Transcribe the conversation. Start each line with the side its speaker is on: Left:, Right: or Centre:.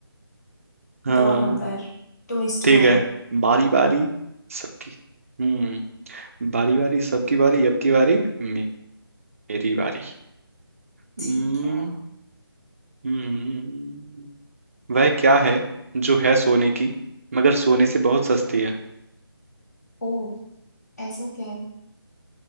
Right: हाँ
Left: दो number Two is two
Right: ठीक
Left: one
Right: है बारी बारी सबकी हम्म बारी बारी सबकी बारी अब की बारी मे- मेरी बारी
Left: ठीक
Right: हम्म
Left: है
Right: हम्म वह क्या है जो है सोने की मगर सोने से बहुत सस्ती है
Left: ओ ऐसा क्या है